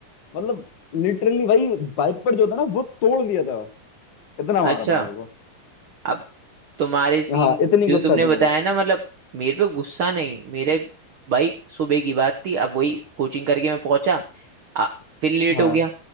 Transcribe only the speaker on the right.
अच्छा
अब तुम्हारे सीन
जो
तुमने
बताया
ना मतलब मेरे पे गुस्सा नहीं मेरे भाई सुबह की बात थी अब वही कोचिंग करके मैं पहुंचा आ, फिर लेट
हो गया